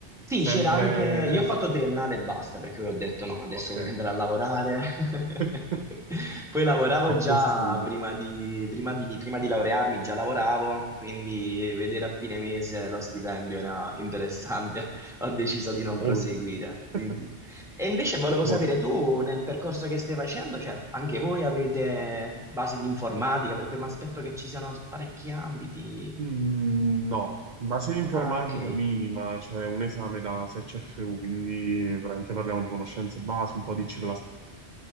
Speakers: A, in the centre; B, on the right.
A: Sì,
B: sempre...
A: c'era anche... Io ho fatto triennale e basta, perché poi ho detto no, adesso
B: Ok.
A: voglio andare a lavorare. <laughs>
B: <laughs>
A: Poi lavoravo
B: Troppo
A: già
B: studio.
A: prima di, prima di, prima di laurearmi, già lavoravo, quindi vedere a fine mese lo stipendio era interessante. <laughs> Ho deciso di non
B: Molto.
A: proseguire. Quindi-
B: <laughs>
A: E invece volevo sapere,
B: Molto.
A: tu nel percorso che stai facendo, cioè anche voi avete basi di informatica, perché mi aspetto che ci siano parecchi ambiti
B: Mm, No, base di informatica
A: Ah, ok.
B: minima, c'è un esame da 6 CFU, quindi veramente parliamo di conoscenze base, un po' di C++,